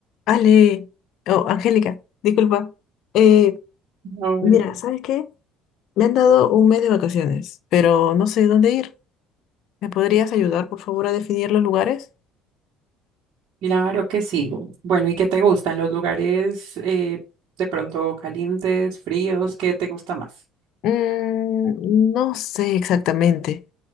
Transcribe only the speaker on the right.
Ay,
Claro que sí. Bueno, ¿y qué te gustan los lugares eh, de pronto calientes, fríos? ¿Qué te gusta más?